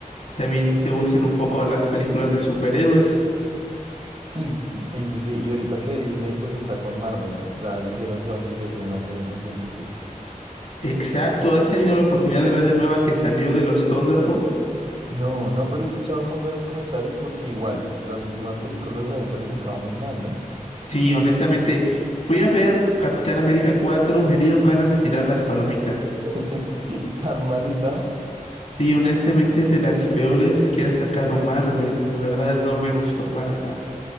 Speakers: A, on the left; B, on the right.
A: también te gusten un poco las películas de superhéroes.
B: Sí, sí, sí, sí. Y ahorita que Disney pues está con Marvel, ¿no? Ya hicieron su asociación hace un tiempito.
A: Exacto, ¿has tenido la oportunidad de ver la nueva que salió de los Thunderbolts?
B: No, no, pero he escuchado muy buenos comentarios porque igual las últimas películas las habían calificado muy mal, ¿no?
A: Sí, honestamente, fui a ver Capitán América 4, me dieron ganas de tirar las palomitas.
B: <laughs> Tan mal estaba.
A: Sí, honestamente es de las peores que ha sacado Marvel, la verdad no me gustó para nada.